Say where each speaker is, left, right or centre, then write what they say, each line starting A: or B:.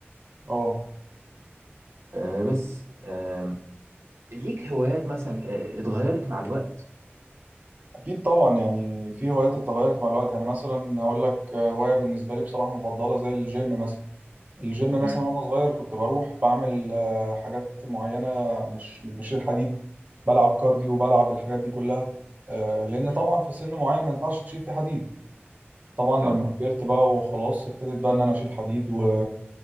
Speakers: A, on the right; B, on the right.
A: اه
B: آه، بس آم، ليك هوايات مثلا آه، اتغيرت مع الوقت
A: أكيد طبعا يعني في هوايات اتغيرت مع الوقت يعني مثلا هقول لك آه، هواية بالنسبة لي بصراحة مفضلة زي الجيم مثلا الجيم مثلا
B: امم
A: وأنا صغير كنت بروح بعمل آه، حاجات معينة مش مش بشيل حديد بلعب كارديو وبلعب الحاجات دي كلها آه، لأن
B: امم
A: طبعا في سن معين ما ينفعش تشيل فيه حديد طبعا لما
B: اه
A: كبرت بقى وخلاص ابتديت بقى إن أنا أشيل حديد و...